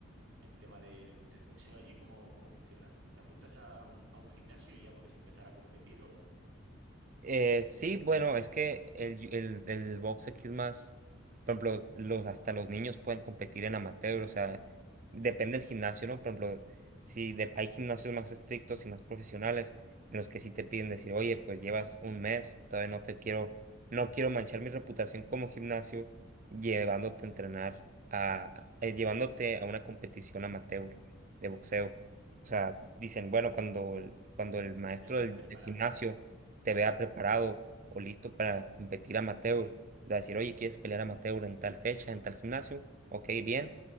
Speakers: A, on the right (about 65°); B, on the right (about 40°).
A: el tema del el boxeo allí, ¿cómo, cómo funciona? ¿Te apuntas a un, a un gimnasio y ya puedes empezar a competir o...?
B: Eh, sí, bueno, es que el, el, el box aquí es más, por ejemplo, los, hasta los niños pueden competir en amateur, o sea,
A: Anda.
B: depende del gimnasio, ¿no? Por ejemplo, si de- hay gimnasios más estrictos y más profesionales, en los que sí te piden decir, oye, pues llevas un mes, todavía no te quiero, no quiero
A: Mm.
B: manchar mi reputación como gimnasio llevándote a entrenar a, eh, llevándote a una competición amateur de boxeo. O sea, dicen, bueno, cuando, el- cuando el maestro
A: Estés más
B: del
A: preparado,
B: del gimnasio
A: ¿no?
B: te vea preparado
A: Mm,
B: o listo para competir amateur, de decir, oye, ¿quieres pelear amateur en tal fecha, en tal gimnasio? Ok,
A: mm,
B: bien,